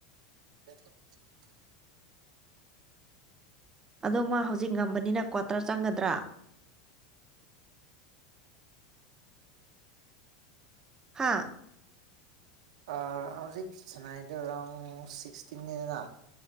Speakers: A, on the right; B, on the right.
A: <unintelligible>
B: ꯑꯗꯣ ꯃꯥ ꯍꯧꯖꯤꯛ ꯉꯝꯕꯅꯤꯅ ꯀ꯭ꯋꯥꯇꯔ ꯆꯪꯒꯗ꯭ꯔꯥ ꯍꯥꯥ
A: ꯑꯥ ꯍꯧꯖꯤꯛ ꯁꯥꯅꯩꯗꯣ ꯔꯥꯎꯟ ꯁꯤꯛꯁꯇꯤꯟꯅꯤꯗꯅ